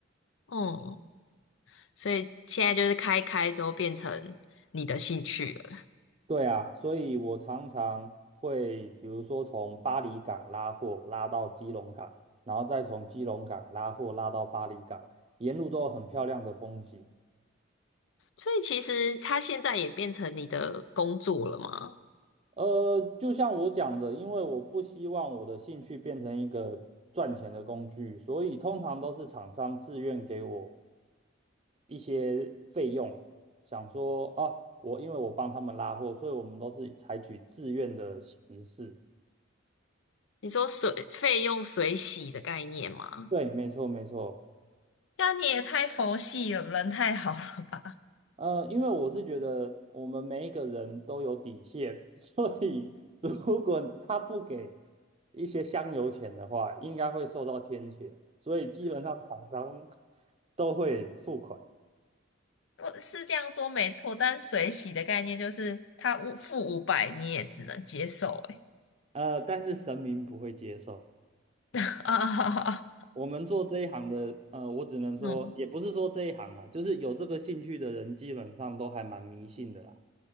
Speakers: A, on the left; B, on the right.
A: 嗯，所以现在就是开开之后变成你的兴趣了，
B: 对啊，所以我常常会，比如说从巴黎港拉货拉到基隆港，然后再从基隆港拉货拉到巴黎港，沿路都有很漂亮的风景。
A: 所以其实它现在也变成你的工作了吗？
B: 呃，就像我讲的，因为我不希望我的兴趣变成一个赚钱的工具，所以通常都是厂商自愿给我一些费用，想说哦，我因为我帮他们拉货，所以我们都是采取自愿的形式。
A: 你说水费用水洗的概念吗？
B: 对，没错没错。
A: 那你也太佛系了，人太好了吧？
B: 呃，因为我是觉得我们每一个人都有底线，<laughs> 所以如果他不给一些香油钱的话，应该会受到天谴，所以基本上厂商都会付款，
A: <laughs> 我是这样说没错，但水洗的概念就是他五付五百，你也只能接受、欸。
B: 呃，但是神明不会接受。
A: <laughs> 啊，
B: 我们做这一行的，呃，我只能说，
A: 嗯
B: 也不是说这一行啊，就是有这个兴趣的人，基本上都还蛮迷信的啦。